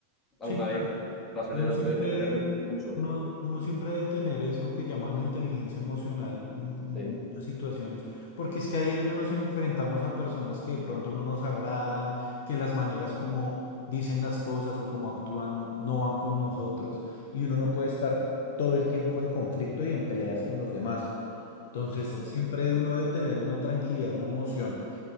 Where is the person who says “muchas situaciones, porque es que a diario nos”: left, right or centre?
Left